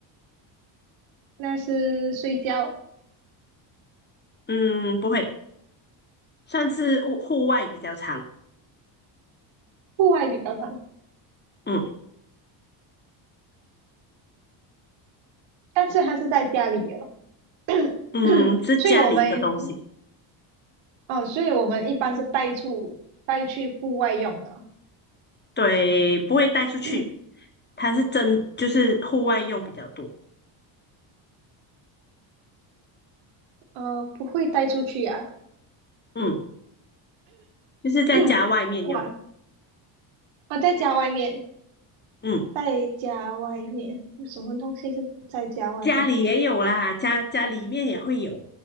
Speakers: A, on the right (about 70°); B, on the left (about 20°).
A: 那是睡觉，
B: 嗯，不会。算是户户外比较长，
A: 户外比较常，
B: 嗯
A: 但是它是在家里的，<coughs>
B: 嗯，
A: <clears throat>
B: 是家里的东西，
A: 所以我们，呃，所以我们一般是带出带去户外用的哦。
B: 对，不会带出去，
A: <clears throat>
B: 它是真就是户外用比较多，
A: 呃，不会带出去呀、
B: 嗯，就是在家外面用，
A: <clears throat> 哇，我在家外面，
B: 嗯，
A: 在家外面有什么东西是在家外面？
B: 家里也有啦，家家里面也会有，